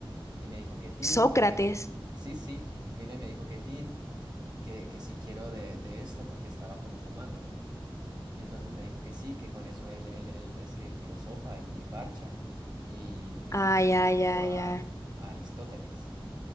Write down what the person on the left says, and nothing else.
Sócrates.
Ay,
ay, ay,
ay.